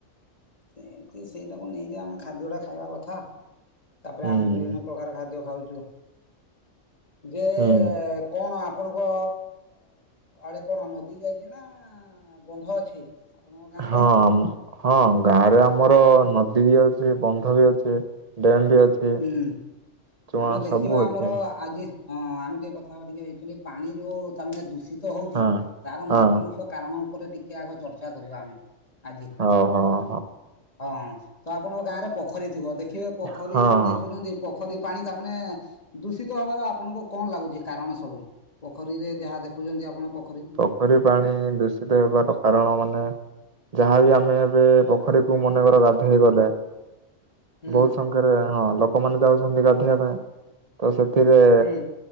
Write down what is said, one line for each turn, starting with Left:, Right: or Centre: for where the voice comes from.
Left: ସେମତି ସେଇଟାକୁ ନେଇକି ଆମେ ଖାଦ୍ୟ ଟା ଖାଇବା କଥା। ତାପରେ
Right: ହୁଁ
Left: ଆମେ ବିଭିନ୍ନ ପ୍ରକାର ଖାଦ୍ୟ ଖାଉଛୁ। ଯେ
Right: ହୁଁ
Left: କଣ ଆପଣଙ୍କ ଆଡେ କଣ ନଦୀ ଯାଇଚି ନା ବନ୍ଧ ଅଛି? ଆପଣଙ୍କ ଗାଁ
Right: ହଁ
Left: ରେ
Right: ଆମ ହଁ ଗାଁ ରେ ଆମର ନଦୀ ବି ଅଛି ବନ୍ଧ ବି ଅଛି ଡ୍ୟାମ ବି ଅଛି।
Left: ହୁଁ
Right: ଚୁଆଁ
Left: ଆମେ ଦେଖିବା
Right: ସବୁ ଅଛି
Left: ଆମର ଆଜି ହଁ ଆମେ ଟିକେ କଥା ହେବା ଟିକେ ଆକଚୁଆଲି ପାଣି ଯୋଉ ତା ମାନେ ଦୂଷିତ ହଉଛି
Right: ହଁ।
Left: ତାର
Right: ହଁ
Left: ମୁଖ୍ୟ ମୁଖ୍ୟ କାରଣ ଉପରେ ଟିକେ ଆଗ ଚର୍ଚ୍ଚା କରିବା ଆମେ ଆଜି।
Right: ହଉ ହଉ। ହଉ
Left: ହଁ ତ ଆପଣଙ୍କ ଗାଁରେ ପୋଖରୀ ଥିବ ଦେଖିବେ ପୋଖରୀ
Right: ହଁ
Left: ଯୋଉ
Right: ହଁ।
Left: ଦେଖୁଛନ୍ତି ପୋଖରୀ ପାଣି ତାମାନେ ଦୂଷିତ ହବାର ଆପଣଙ୍କୁ କଣ ଲାଗୁଛି କାରଣ ସବୁ? ପୋଖରୀରେ ଯାହା ଦେଖୁଛନ୍ତି ଆପଣ ପୋଖରୀ
Right: ପୋଖରୀ ପାଣି ଦୂଷିତ ହେବାର କାରଣ ମାନେ ଯାହାବି ଆମେ ଏବେ ପୋଖରୀକୁ ମନେକର ଗାଧେଇ ଗଲେ
Left: ହୁଁ
Right: ବହୁତ ସଂଖ୍ୟାରେ ହଁ ଲୋକମାନେ ଯାଉଛନ୍ତି ଗାଧେଇବା ପାଇଁ ତ ସେଥିରେ
Left: ହୁଁ